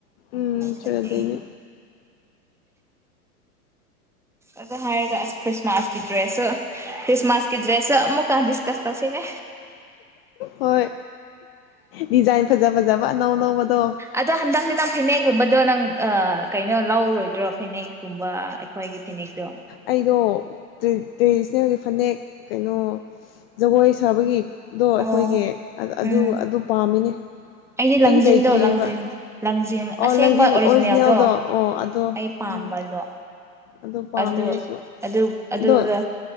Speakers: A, on the left; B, in the centre.
A: ꯎꯝ ꯆ꯭ꯔꯗꯅꯦ
B: ꯁꯟꯗꯦ ꯑ ꯍꯥꯏꯒ ꯀ꯭ꯔꯤꯁꯃꯥꯁ ꯀ ꯗ꯭ꯔꯦꯁ ꯀ꯭ꯔꯤꯁꯃꯥꯁ ꯀ ꯗ꯭ꯔꯦꯁ ꯑꯃꯨꯛꯥꯗꯁ ꯀꯁ ꯇꯁꯤꯅꯦ
A: ꯍꯣꯏ ꯗꯤꯖꯥꯏꯟ ꯐꯖꯥ ꯐꯖꯕꯅꯧ ꯅꯧꯕꯗꯣ
B: ꯑꯗꯣ ꯍꯟꯗꯛꯁꯦ ꯅꯪ ꯐꯅꯦꯛꯒꯨꯝꯕꯗꯣ ꯅꯪ ꯀꯩꯅꯣ ꯂꯧꯔꯣꯏꯗ꯭ꯔꯣ ꯐꯅꯦꯛꯀꯨꯝꯕ ꯑꯩꯈꯣꯏꯒꯤ ꯐꯅꯦꯛꯇꯣ
A: ꯑꯩꯗꯣ ꯇ꯭ꯔꯦꯗꯤꯁꯅꯦꯜꯒꯤ ꯐꯅꯦꯛ ꯀꯩꯅꯣ ꯖꯒꯣꯏ ꯁꯥꯕꯒꯤ ꯗꯣ ꯑꯩꯈꯣꯏꯒꯤ
B: ꯑꯣ
A: ꯑꯗꯨ
B: ꯎꯝ
A: ꯑꯗꯨ ꯄꯥꯝꯃꯤꯅꯦ
B: ꯑꯩꯗꯤ
A: ꯑꯩꯒꯤ
B: ꯂꯪꯖꯤꯟꯗꯣ
A: ꯂꯩꯇ꯭ꯔꯤꯑꯕ
B: ꯂꯪꯖꯤꯟ ꯂꯪꯖꯟ
A: ꯑꯣ
B: ꯑꯁꯦꯡꯕ
A: ꯂꯪꯖꯤꯟ
B: ꯑꯣꯔꯤꯖꯤꯅꯦꯜꯗꯣ
A: ꯑꯣ ꯑꯗꯣ
B: ꯑꯩ ꯄꯥꯝꯕꯗꯣ
A: ꯎꯝ ꯑꯗꯣ ꯄꯥꯝꯃꯦ
B: ꯑꯗꯨ
A: ꯑꯩꯁꯨ
B: ꯑꯗꯨ
A: ꯑꯗꯣ
B: ꯎ